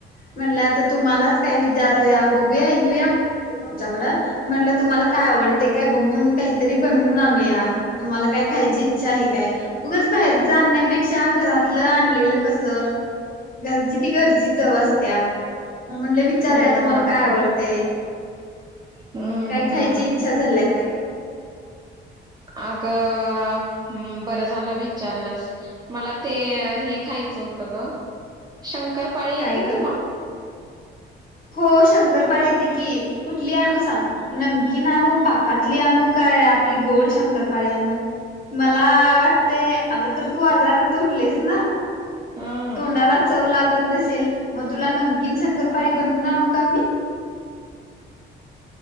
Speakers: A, on the left (about 45°); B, on the right (about 20°).
A: म्हणलं आता तुम्हालाच? काय विचारुया? बघूया यिऊया? तुमच्याकडं म्हंणलं तुम्हाला काय आवडतय काय बघून काहीतरी बनवून आणूया. तुम्हाला काय खायची इच्छा आहे काय? उगाच बाहेरचं आणण्यापेक्षा घरात तलं आणलेलं कसं घरची ती घरची चव असत्या. मग म्हणलं विचारूया
B: हो
A: तुम्हाला
B: हो
A: काय
B: हो
A: आवडतय?
B: हम्म
A: काय
B: हम्म
A: खायची इच्छा झाल्या काय?
B: अगं बरं झालं विचारलंस मला ते हे खायचं होतं ग शंक कर पाळी येती
A: काय ग
B: तुला?
A: हो शंकरपाळी येते की. कुठली आणू सांग? नमकीन आणू? पाकातली आणू? काय आपली गोड शंकरपाळी आणू? मला वाटतंय आता तर तू आजारात न उठलीयेस ना?
B: हम्म
A: तोंडाला चव लागत नसेल. मग तुला नमकीन शंकरपाळी बनवून आणू का मी?